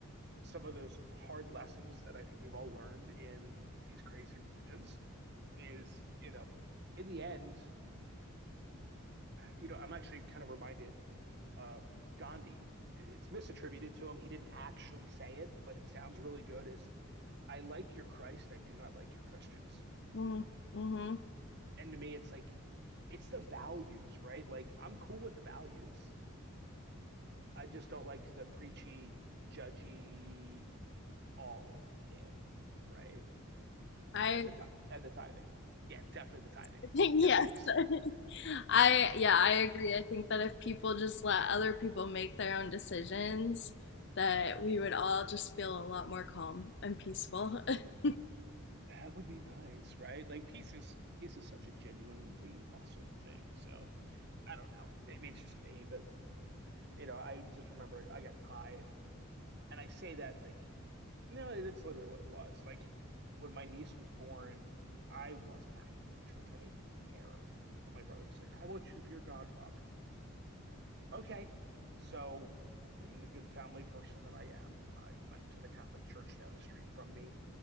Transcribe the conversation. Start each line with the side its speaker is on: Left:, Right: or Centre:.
Right: some of those hard lessons that I think we've all learned in these crazy religions is, you know, in the end, you know, I'm actually kind of reminded uh, Gandhi. It's misattributed to him. He didn't actually say it, but it sounds really good. Is I like your Christ, I do not like your Christians.
Left: Mm, mhm.
Right: And to me, it's like it's the values, right? Like I'm cool with the values. I just don't like the preachy, judgy, all of it, right?
Left: I
Right: And the t- and the tithing. Yeah, definitely the tithing.
Left: <laughs> think
Right: No
Left: yes.
Right: thanks.
Left: <laughs> I yeah, I agree. I think that if people just let other people make their own decisions, that we would all just feel a lot more calm and peaceful. <laughs>
Right: That would be nice, right? Like peace is peace is such a genuinely awesome thing. So I don't know. Maybe it's just me, but you know, I just remember I got ties, and I say that like, no, that's literally what it was. Like when my niece was born, I wasn't active in the church. I didn't care, but my brother was like, "I want you to be your godfather." Okay, so being the good family person that I am, I went to the Catholic church down the street from me